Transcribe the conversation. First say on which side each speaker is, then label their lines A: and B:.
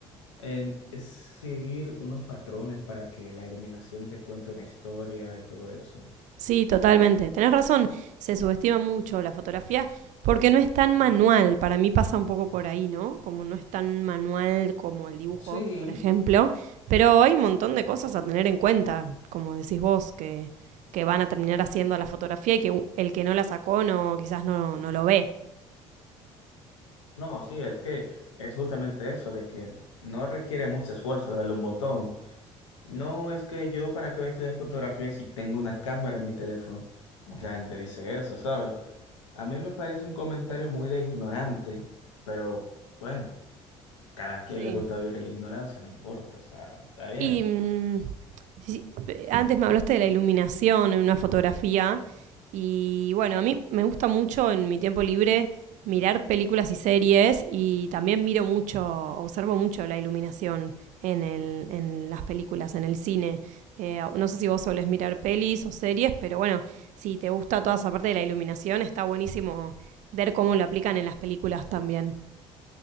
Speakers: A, on the left (about 85°); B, on the right (about 55°).
A: En- es seguir unos patrones para que la iluminación te cuente una historia y todo eso.
B: sí, totalmente. Tenés razón, se subestima mucho la fotografía porque no es tan manual. Para mí pasa un poco por ahí, ¿no? Como no es tan manual como el dibujo,
A: Sí,
B: por ejemplo. Pero hay un montón de cosas a tener en cuenta, como decís vos, que, que van a terminar haciendo la fotografía y que el que no la sacó no, quizás no, no lo ve.
A: no, sí, es que es justamente eso, de que no requiere mucho esfuerzo darle un botón. No, es que yo para qué voy a estudiar fotografía si tengo una cámara en mi teléfono. Mucha gente dice eso, ¿sabes? A mí me parece un comentario muy de ignorante, pero bueno, cada quien
B: Sí.
A: le gusta vivir en la ignorancia, no importa, o sea, está bien.
B: Y mm, sí, sí, eh, antes me hablaste de la iluminación en una fotografía. Y bueno, a mí me gusta mucho en mi tiempo libre mirar películas y series y también miro mucho, observo mucho la iluminación en, el, en las películas, en el cine. Eh, no sé si vos solés mirar pelis o series, pero bueno, si te gusta toda esa parte de la iluminación, está buenísimo ver cómo lo aplican en las películas también.